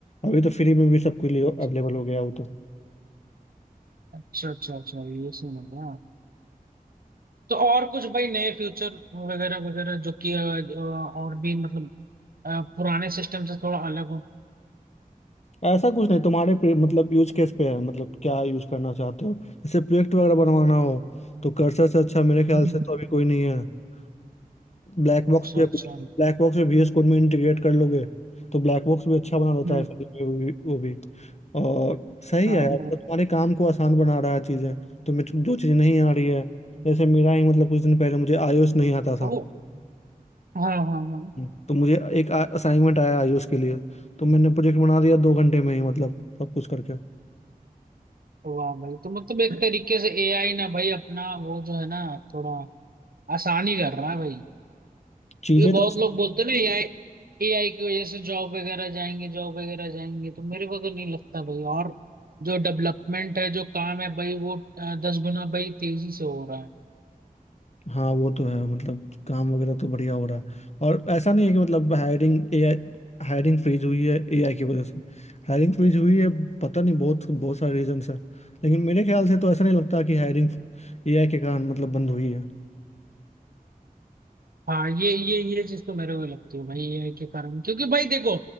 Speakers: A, on the left (about 45°); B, on the right (about 75°).
A: अभी तो फ्री में भी सबके लिए
B: अच्छा
A: अवेलेबल हो गया वो तो
B: अच्छा अच्छा अच्छा, ये सीन है क्या? तो और कुछ भाई नए फ्यूचर वगैरह वगैरह जो कि अ, अ, और भी मतलब अ, पुराने सिस्टम से थोड़ा अलग हो
A: ऐसा कुछ नहीं तुम्हारे पे मतलब यूज केस पे है मतलब क्या यूज करना चाहते हो जैसे प्रोजेक्ट वगैरह बनवाना हो तो कर्सर से अच्छा मेरे ख्याल
B: हम्म,
A: से तो अभी कोई नहीं ब्लैक
B: अच्छा
A: बॉक्स पे
B: अच्छा
A: ब्लैक बॉक्स में VS कोड में इंटीग्रेट कर लोगे तो ब्लैक बॉक्स भी अच्छा बना देता
B: हम्म,
A: है फिर वो भी वो भी और सही
B: हाँ
A: है यार
B: हाँ
A: मतलब तुम्हारे काम को आसान बना रहा है चीज़ें तुम्हें जो चीज़ नहीं आ रही है जैसे मेरा ही मतलब कुछ दिन पहले मुझे iOS नहीं आता था
B: ओ, हाँ हाँ हाँ
A: हम्म। तो मुझे एक असाइनमेंट आया iOS के लिए तो मैंने प्रोजेक्ट बना दिया दो घंटे में ही मतलब सब कुछ करके
B: वाह भाई तो मतलब एक तरीके से एआई ना भाई अपना वो जो है ना थोड़ा आसानी कर रहा है भाई
A: चीज़ें
B: ये बहुत
A: तो
B: लोग बोलते हैं ना एआई एआई की वजह से जॉब वगैरह जाएंगे जॉब वगैरह जाएंगे तो मेरे को तो नहीं लगता भाई और जो डेवलपमेंट है जो काम है भाई वो अ, दस गुना भाई तेजी से हो रहा है
A: हाँ वो तो है मतलब काम वगैरह तो बढ़िया हो रहा है और ऐसा नहीं है कि मतलब हायरिंग एआई हायरिंग फ्रीज हुई है एआई की वजह से हायरिंग फ्रीज हुई है पता नहीं बहुत बहुत सारे रीजंस है लेकिन मेरे ख्याल से तो ऐसा नहीं लगता कि हायरिंग एआई के कारण मतलब बंद हुई है
B: हाँ ये ये ये चीज तो मेरे को लगती है भाई एआई के कारण क्योंकि भाई देखो